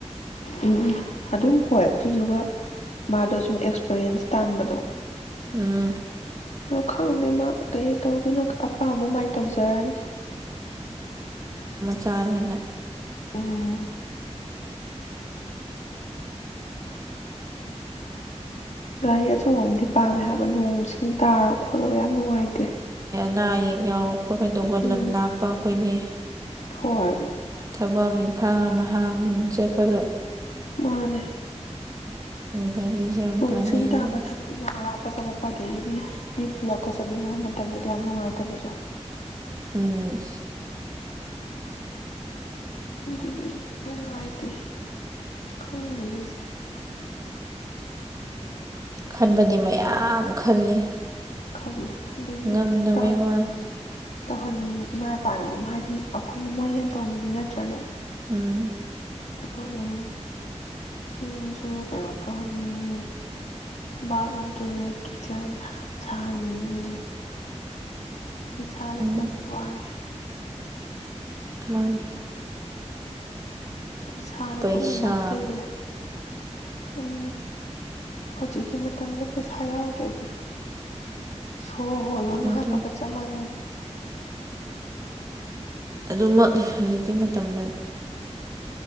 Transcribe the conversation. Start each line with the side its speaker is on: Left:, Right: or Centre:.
Left: ꯎꯝ ꯑꯗꯨꯝ ꯍꯣꯏ ꯑꯗꯨꯗꯨꯒ ꯃꯥꯗꯣ ꯁꯨꯝ ꯑꯦꯛꯁꯄꯔꯤꯌꯦꯟꯁ ꯇꯥꯟꯕꯗꯣ
Right: ꯎꯝ
Left: ꯑꯗꯣ ꯈꯪꯗꯦ ꯃꯥ ꯀꯩꯩ ꯇꯧꯗꯣꯏꯅꯣ ꯑꯄꯥꯝꯕ ꯃꯥꯏ ꯇꯧꯖꯔꯅꯤ
Right: ꯆꯥꯅꯤꯅ
Left: ꯎꯝ ꯒꯥꯔꯤꯁꯨ ꯑꯣꯝꯗꯤ ꯄꯥꯝꯃꯦ ꯍꯥꯏꯕ ꯅꯣꯡꯁꯤꯡ ꯇꯥꯔ ꯈꯣꯠꯂꯒ ꯌꯥꯝ ꯅꯨꯡꯉꯥꯏꯇꯦ
Right: ꯅꯥꯏꯌꯦ ꯌꯥꯎꯔ ꯂꯄ ꯀꯩꯗꯧꯕ
Left: ꯎꯝ
Right: ꯂꯝ ꯂꯥꯞꯄ ꯑꯩꯈꯣꯏꯒꯤ
Left: ꯍꯣꯏ
Right: ꯊꯕꯛ ꯑꯃ ꯏꯪꯈꯥꯡ ꯑꯃꯥ ꯑꯍꯨꯝ ꯆꯠꯄꯗ
Left: ꯃꯥꯅꯦ
Right: ꯒꯥꯔꯤꯁꯦ ꯌꯥꯝ
Left: ꯅꯣꯡ
Right: ꯀꯥꯟꯅꯩꯌꯦꯕ
Left: ꯁꯤꯡ ꯇꯥꯕ ꯊꯕꯛ ꯏꯅ ꯑꯔꯥꯞꯄ ꯆꯠꯂꯛꯄ ꯑꯗꯒꯤꯗꯤ ꯃꯤ ꯄꯨꯂꯞꯀ ꯆꯠꯅꯤꯡꯉꯕ ꯃꯇꯝꯗꯗꯤ ꯌꯥꯝ ꯅꯨꯡꯉꯥꯏꯇꯕꯗꯣ
Right: ꯎꯝ
Left: ꯑꯗꯨꯗꯤ ꯅꯨꯡꯉꯥꯏꯇꯦ ꯈꯪꯗꯦꯗꯣꯏꯁꯦ
Right: ꯈꯟꯕꯗꯤ ꯃꯌꯥꯝ ꯈꯜꯂꯤ
Left: ꯈꯪꯂ ꯑꯗꯒꯤ
Right: ꯉꯝꯗꯕꯩ
Left: ꯇꯧꯍꯟ
Right: ꯋꯥꯅꯤ
Left: ꯇꯧꯍꯟꯅꯤꯡꯉꯤ ꯏꯃꯥ ꯏꯄꯥꯅ ꯑꯗꯨꯝ ꯍꯥꯏꯗꯤ ꯑꯩꯈꯣꯏꯅ ꯃꯣꯏꯅ ꯍꯦꯟꯅ ꯇꯧꯅꯤꯡꯉꯤ ꯅꯠꯇ꯭ꯔꯅꯦ
Right: ꯎꯝ
Left: ꯑꯗꯨ ꯑꯗꯨꯝ ꯌꯨꯝꯁꯨ ꯀꯩꯅꯣ ꯇꯧꯍꯟꯅꯤꯡꯉꯤ ꯕꯥꯠꯔꯨꯝ ꯇꯣꯏꯂꯦꯠ ꯀꯤꯠꯆꯟ ꯁꯥꯍꯟꯅꯤꯡꯉꯤ ꯄꯩꯁꯥ ꯂꯩꯇꯕ
Right: ꯎꯝ
Left: ꯋꯥꯅꯦ
Right: ꯋꯥꯟ
Left: ꯏꯁꯥꯅ
Right: ꯄꯩꯁꯥ
Left: ꯄꯨꯝꯅꯃꯛꯇꯔꯦ ꯎꯝ ꯍꯧꯖꯤꯛꯀꯤ ꯃꯇꯝꯗ ꯄꯩꯁꯥ ꯌꯥꯎꯗ꯭ꯔꯗꯤ ꯁꯣ ꯍꯣꯜꯂꯣꯅꯨ
Right: ꯑꯗꯨ
Left: ꯍꯥꯏꯕꯒ ꯆꯞ ꯃꯥꯟꯅꯔꯦ
Right: ꯑꯗꯨꯃꯛꯅꯤ ꯍꯧꯖꯤꯛꯀꯤ ꯃꯇꯝꯗ